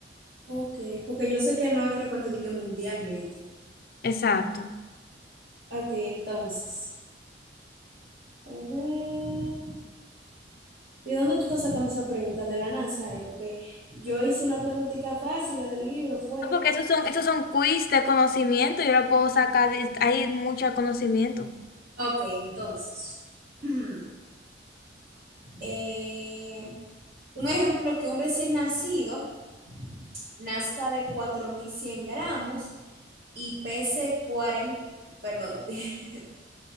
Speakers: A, on the right; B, on the left.
A: Ok, porque yo sé que no es frecuente, de que mundialmente.
B: Exacto.
A: Ok, entonces. A ver. ¿De dónde tú estás sacando esa pregunta? De la NASA, eh? Porque yo hice una preguntita fácil del libro, fue.
B: No, Porque esos son, esos son quiz de conocimiento, yo lo puedo sacar, de- hay mucho conocimiento.
A: Ok, entonces. <clears throat> Eh, un ejemplo que un recién nacido nazca de 4.100 gramos y pese 40, perdón, <laughs> de,